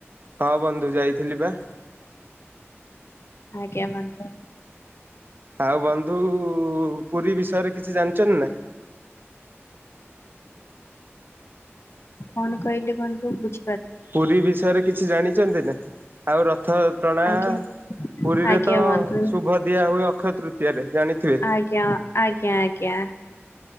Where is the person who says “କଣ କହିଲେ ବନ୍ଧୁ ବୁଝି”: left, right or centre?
Left